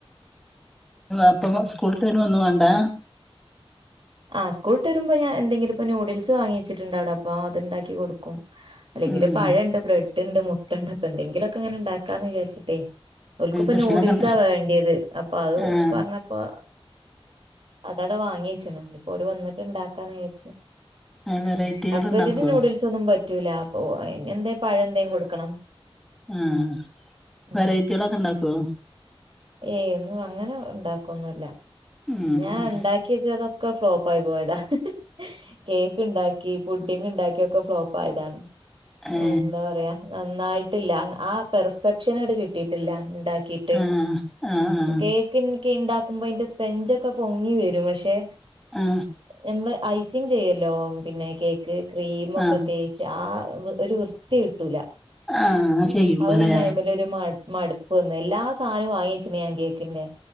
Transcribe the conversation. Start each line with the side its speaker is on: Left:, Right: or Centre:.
Centre: അപ്പൊ സ്കൂളുട്ട് വരുമ്പോ ഒന്നും വേണ്ടാ
Right: ആഹ് സ്കൂളുട്ട് വരുമ്പോ ഞാ എന്തെങ്കിലും ഇപ്പൊ നൂഡിൽസ് വാങ്ങി വച്ചിട്ടുണ്ട് അപ്പ അത്ണ്ടാക്കി കൊടുക്കും അല്ലെങ്കില്
Centre: ഉം
Right: പഴണ്ട്, ബ്രെഡ്ണ്ട്, മുട്ടണ്ട് അപ്പൊ എന്തെങ്കിലൊക്കെ ഇങ്ങനെ ണ്ടാക്കാന്ന് വിചാരിച്ചിട്ടേ ഓൽക്ക്പ്പൊ
Centre: ഭക്ഷണൊക്കെ
Right: ന്യൂഡിൽസാ
Centre: ഉണ്ട്
Right: വേണ്ടിയത്. അപ്പൊ അത്
Centre: ആ
Right: പറഞ്ഞപ്പൊ അതട വാങ്ങിച്ചീണ്. ഓര് വന്നിട്ട്ണ്ടാക്കാന്ന് വിയാച്ച്.
Centre: ആ വെറൈറ്റികൾ
Right: ഹസ്ബന്റ്ന്
Centre: ഉണ്ടാക്കുവോ
Right: ന്യൂഡിൽസ് ഒന്നും പ റ്റുലാ പോയ എന്തേ പഴന്തേം കൊടുക്കണം.
Centre: ആ
Right: ഉ
Centre: വെറൈറ്റികളൊക്കെ ഉണ്ടാക്കുവോ
Right: ഏയ് ഒന്നും അങ്ങനെ ണ്ടാക്കൊന്നൂല്ല.
Centre: ഉം
Right: ഞാൻ ണ്ടാക്കിയച്ചൊതൊ ക്കെ ഫ്ലോപ്പായി പോയതാ. കേക്ക് ണ്ടാക്കി, പുഡ്ഡിങ്ണ്ടാക്കി ഒക്കെ ഫ്ലോപ്പായതാണ്.
Centre: ഏ
Right: എന്താ പറയാ നന്നായിട്ടില്ല. അങ്ങ് ആ പെർഫെക്ഷനങ്ങട്ട് കിട്ടിയിട്ടില്ല. ഉം ണ്ടാക്കീട്ട്.
Centre: ആ ആ ആ
Right: കേക്ക് ന് ക്കെ ഉണ്ടാക്കുമ്പോ അയിന്റെ സ്പെഞ്ചൊക്കെ പൊങ്ങി വരും പക്ഷെ
Centre: ആ
Right: നമ്മളെ ഐസിങ് ചെയ്യല്ലോ. പിന്നെ കേക്ക് ക്രീമൊക്കെ
Centre: ആ
Right: തേച്ച് ആ വൃ ഒരു വൃത്തി കിട്ടൂല
Centre: ആ ആ ചെയ്യുമ്പോല്ലേ
Right: അപ്പൊ പിന്നെ അയിമല് ഒരു മട് മടുപ്പ് വന്ന് എല്ലാ സാധനവും വാങ്ങി ച്ചനിയാൻ കേക്കിന്റെ